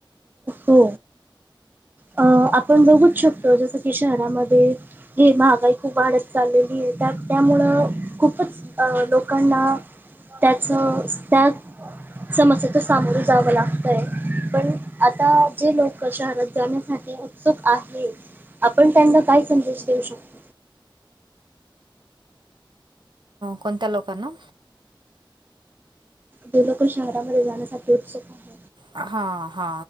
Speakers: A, on the right; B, on the right.
A: हो. अ आपण बघूच शकतो जसं की शहरामध्ये हे महागाई खूप वाढत चालेल. की त्या त्यामुळं खूपच लोकांना त्याच त्या समस्याच सामोरे जावं ला पण आता जे लोक शहरात जाण्यासाठी त्क आहे आपण त्यांना काय संदेश देऊ शकतो
B: कोणत्या लोकांना?
A: जे लोक शहरामध्ये जाण्यासाठी उत्सुक आहेत
B: हा हा